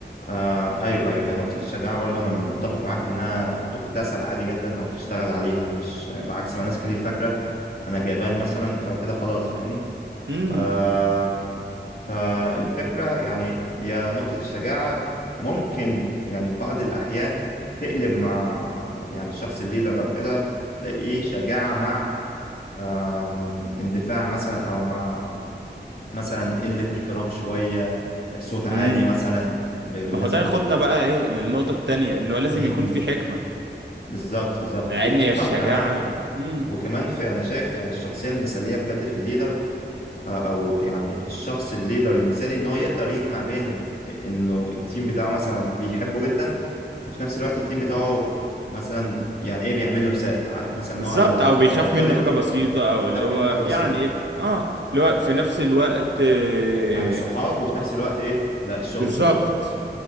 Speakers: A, on the left; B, on the right.
A: آه ايوه ايوه هي نقطة الشجاعة برضو انا متفق معاك انها تكتسب عادي جدا او تشتغل عليها مش بعكس ما ناس كتير فاكرة انا جبان مثلا فكده خلاص فاهمني
B: امم
A: آه فالفكرة يعني يا نقطة الشجاعة ممكن يعني في بعض الأحيان تقلب مع يعني الشخص الليدر أو كده تلاقيه شجاعة مع آم، اندفاع مثلا أو مع مثلا قلة احترام شوية صوت عالي
B: امم
A: مثلا ب- بالنسبة
B: ما هو ده ياخدنا
A: بك...
B: بقى ايه للنقطه
A: ب-
B: التانيه انه لازم
A: م-
B: يكون
A: م.
B: في حكمه
A: بالظبط بالظبط
B: لان
A: في حكمة
B: الشجاعه
A: وكمان
B: امم
A: وكمان في أنا شايف يعني الشخصية المثالية بجد في الليدر او يعني الشخص الليدر المثالي ان هو يقدر يجمع بين انه التيم بتاعه مثلا بيحبه جدا وفي نفس الوقت التيم بتاعه مثلا يعني ايه بيعمل له حساب عارف مثلا
B: بالظبط
A: ان هو لو
B: او بيخاف
A: لو غلط
B: منه حاجه بسيطه او
A: بيخاف
B: اللي هو
A: منه حاجة بسيطة
B: يعني يبقى اه اللي هو في نفس الوقت آه،
A: يعني صحاب وفي نفس الوقت ايه لا الشغل
B: بالظبط
A: شغل